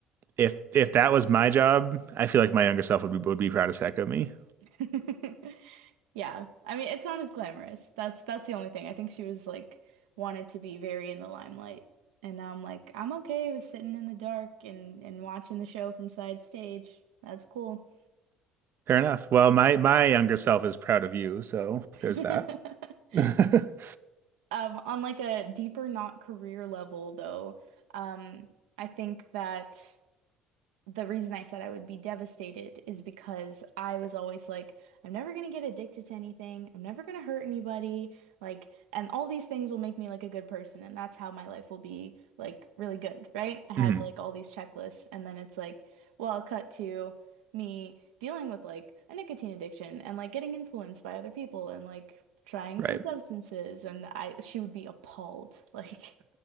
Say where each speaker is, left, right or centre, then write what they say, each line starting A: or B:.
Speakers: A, on the right (about 50°); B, on the right (about 80°).
A: if if that was my job, I feel like my younger self would be would be proud as heck of me.
B: <laughs> Yeah. I mean, it's not as glamorous. That's that's the only thing. I think she was like wanted to be very in the limelight. And now I'm like, I'm okay with sitting in the dark and and watching the show from side stage. That's cool.
A: Fair enough. Well, my my younger self is proud of you, so
B: <laughs>
A: there's that. <laughs>
B: Um, on like a deeper, not career level though, um, I think that. the reason I said I would be devastated is because I was always like, I'm never gonna get addicted to anything. I'm never gonna hurt anybody. Like, and all these things will make me like a good person, and that's how my life will be like really good, right? I had
A: Mhm.
B: like all these checklists, and then it's like, well, cut to me dealing with like a nicotine addiction and like getting influenced by other people and like trying
A: Right.
B: some substances, and I she would be appalled. <laughs> Like,